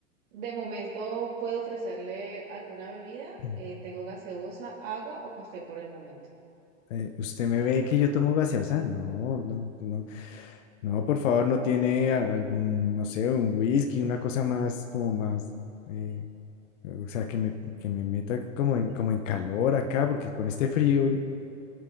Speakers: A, on the right; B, on the left.
A: De momento puedo ofrecerle alguna bebida.
B: Mm.
A: Eh, tengo gaseosa, agua o café por el momento.
B: Eh, ¿usted me ve que yo tomo gaseosa? No, no, no. No, por favor, no tiene a- algún, no sé, un whisky, una cosa más, como más, eh, o sea, que me, que me meta como en, como en calor acá, porque con este frío, y-